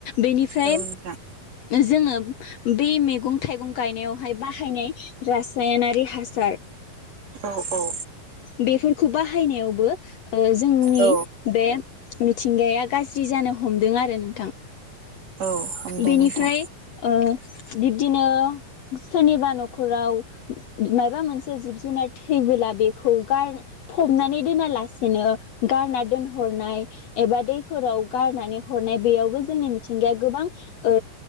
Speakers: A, on the left (about 80°); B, on the right (about 45°).
A: बेनिफ्राय
B: औ नोंथां
A: जोङो बे मैगं, थाइगं गायनायावहाय बाहायनाय रासायनारि हासार।
B: औ औ।
A: बेफोरखौ बाहायनायावबो ओ जोंनि
B: औ
A: बे मिथिंगाया गाज्रि जानो हमदों आरो नोंथां।
B: औ हमदों
A: बेनिफ्राय
B: नोंथां
A: ओ बिब्दिनो सोरनिबा न'खराव माइबा मोनसे जिब जुनार थैबोला बेखौ गार फबनानै दोना लासेनो गारना दोनहरनाय एबा दैफोराव गारनानै हरनाय बेयावबो जोंनि मिथिंगाया गोबां ओ